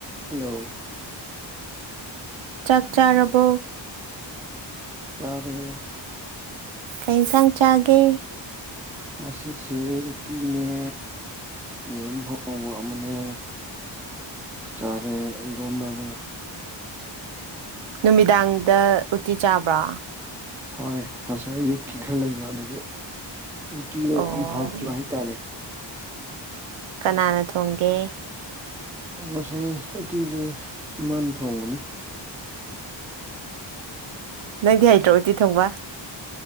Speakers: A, in the centre; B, on the right.
A: ꯍꯂꯣ
B: ꯆꯥꯛ ꯆꯥꯔꯕꯣ
A: ꯆꯥꯔꯦ
B: ꯀꯩ ꯏꯟꯁꯥꯡ ꯆꯥꯒꯦ
A: ꯉꯁꯤꯁꯦ ꯎꯇꯤꯅꯦ ꯌꯦꯔꯨꯝ ꯍꯧꯕ ꯑꯃꯅꯦ ꯆꯥ ꯔꯦ ꯏꯔꯣꯝꯕ ꯑꯃꯒ
B: ꯅꯨꯃꯤꯗꯥꯡꯗ ꯎꯇꯤ ꯆꯥꯕ꯭ꯔꯥ
A: ꯍꯣꯏ ꯉꯁꯥꯏꯌꯨꯛꯀꯤ ꯈꯔ ꯂꯩꯕ ꯑꯗꯒꯤ ꯎꯇꯤꯗꯣ
B: ꯑꯣ
A: ꯌꯥꯝ ꯍꯥꯎꯈꯤꯕ ꯍꯥꯏꯇꯥꯔꯦ
B: ꯀꯅꯥꯅ ꯊꯣꯡꯒꯦ
A: ꯉꯁꯥꯏ ꯎꯇꯤꯗꯨ ꯏꯃꯥꯥꯟ ꯊꯣꯡꯕꯅꯦ
B: ꯅꯪꯗꯤ ꯍꯩꯇ꯭ꯔꯣ ꯎꯇꯤ ꯊꯣꯡꯕ